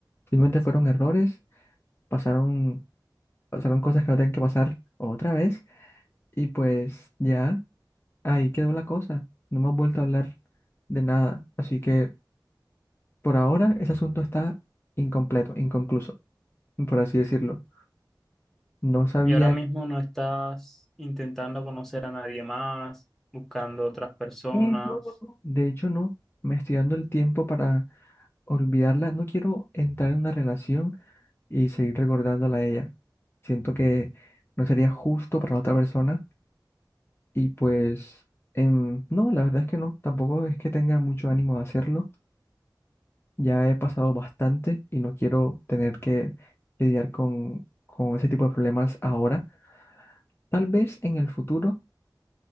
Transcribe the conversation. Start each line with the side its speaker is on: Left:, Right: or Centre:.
Left: Simplemente fueron errores, pasaron pasaron cosas que no tenían que pasar otra vez y pues ya ahí quedó la cosa. No hemos vuelto a hablar de nada. Así que por ahora ese asunto está incompleto, inconcluso, por así decirlo. No sabía...
Centre: Y ahora mismo no estás intentando conocer a nadie más, buscando otras personas.
Left: Eh, no, no, no. De hecho, no. Me estoy dando el tiempo para olvidarla. No quiero entrar en una relación y seguir recordándola a ella. Siento que no sería justo para la otra persona y pues... em, no, la verdad es que no. Tampoco es que tenga mucho ánimo de hacerlo. Ya he pasado bastante y no quiero tener que lidiar con, con ese tipo de problemas ahora. Tal vez en el futuro,